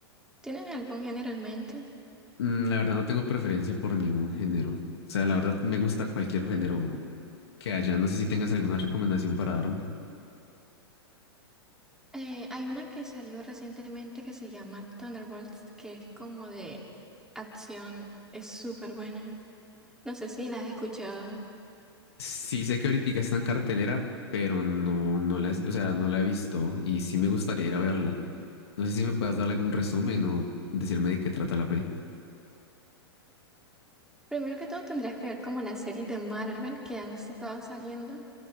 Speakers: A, in the centre; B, on the left.
A: ¿Tienes algún género en mente?
B: Mm, La verdad no tengo preferencia por ningún género. O sea, la verdad me gusta cualquier género que haya. No sé si tengas alguna recomendación para darme.
A: Eh, hay una que salió recientemente que se llama Thunderbolts, que es como de acción, es súper buena. No sé si la has escuchado.
B: Sí sé que ahorita está en cartelera, pero no, no la, o sea, no la he visto y sí me gustaría ir a verla. No sé si me puedas dar algún resumen o decirme de qué trata la peli.
A: Primero que todo tendrías que ver como las series de Marvel que han estado saliendo.